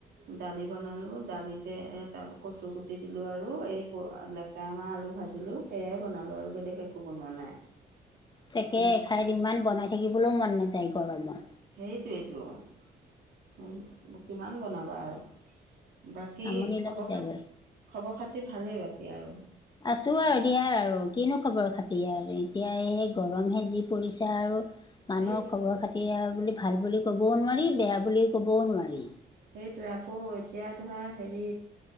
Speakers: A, on the right; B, on the left.
A: দালি বনালোঁ, দালিতে তাৰ কচু গুটি দিলোঁ আৰু, এই লেচা এ আমাৰ আলু ভাজিলোঁ, সেয়াই বনালোঁ আৰু বেলেগ একো বনোৱা নাই।
B: তাকে
A: সেনে
B: এখাইত ইমান বনাই থাকিবলৈও মন নাযায়, গৰমত।
A: সেইৰিটোৱেইটো, কিমান বনাবা আৰু। বাকী
B: আমনি
A: খবৰ
B: লাগি যায়গৈ
A: খাতি, খবৰ খাতি ভালেই বাকী আৰু?
B: আছো আৰু দিয়া আৰু, কিনো খবৰ খাতি আৰু এতিয়া এই গৰম সেজি পৰিছে আৰু। মানুহৰ
A: সেইটোৱেতো
B: খবৰ খাতি বুলি ভাল বুলি ক'বও নোৱাৰি বেয়া বুলি ক'বও নোৱাৰি।
A: সেইটোৱে, আকৌ এতিয়া ধৰা হেৰি